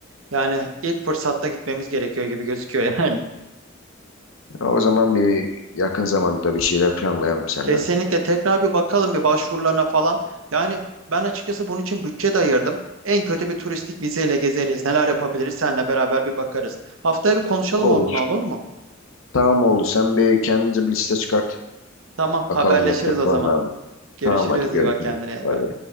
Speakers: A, on the right (about 80°); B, on the left (about 80°).
A: Yani ilk fırsatta gitmemiz gerekiyor gibi gözüküyor yani.
B: Ha, O zaman bir yakın zamanda bir şeyler planlayalım
A: <laughs>
B: seninle.
A: Kesinlikle tekrar bir bakalım bir başvurularına falan. Yani ben açıkçası bunun için bütçe de ayırdım. En kötü bir turistik vizeyle gezeriz. Neler yapabiliriz seninle beraber bir bakarız. Haftaya bir konuşalım
B: Olur.
A: bunu olur mu?
B: Tamam oldu. Sen bir kendinize bir liste çıkart.
A: Tamam
B: Bakalım
A: haberleşiriz
B: yapacak
A: o
B: planlar
A: zaman.
B: mı?
A: Görüşürüz
B: Tamam hadi görüşürüz.
A: iyi bak kendine.
B: Bay bay.